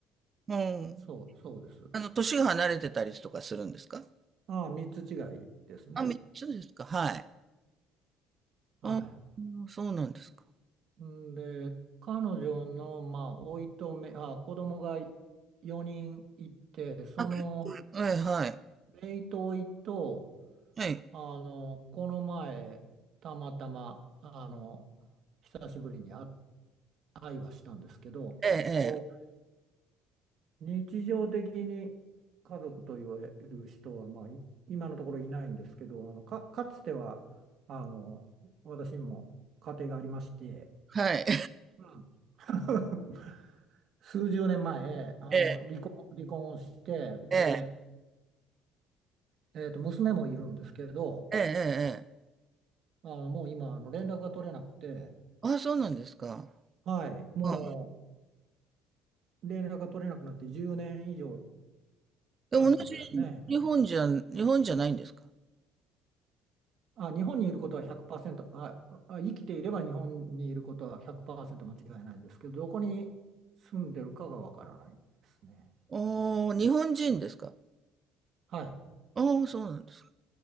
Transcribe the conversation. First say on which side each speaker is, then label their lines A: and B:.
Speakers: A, on the right (about 35°); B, on the right (about 60°).
A: うん。
B: そう、そうです。
A: あの、年が離れてたりとかするんですか
B: ああ、3つ違いですね。
A: あ、三つですか。はい。あ、
B: は
A: そうなんですか。
B: い。んで、彼女の、まあ、おいとめ、あ、子供が4人いて、その、
A: あ、ええ、はい。
B: 姪とおいと、
A: はい。
B: あの、この前、たまたま、あの、久しぶりに会会話したんですけど、
A: ええ、
B: こ
A: ええ。
B: う、日常的に家族と言われる人は、まあ、い今のところいないんですけど、あの、か、かつては、あの、私も家庭がありまして、
A: はい。
B: うん <laughs> 数十年前、あの、
A: ええ、
B: 離婚、離婚をして、
A: ええ、
B: で、えーと、娘もいるんですけど、
A: ええええええ。
B: あの、もう今、あの、連絡が取れなくて、
A: あそうなんですか。
B: はい、もう、
A: うん。
B: 連絡が取れなくなって10年以上
A: でも同じ日本じゃ、
B: 経つんですね。
A: 日本じゃないんですか
B: あ、日本にいることは100%、あ、あ、生きていれば日本にいることは100%間違いないんですけど、どこに住んでるかがわからないですね。
A: おー日本人ですか
B: はい。
A: ああ、そうなんですか。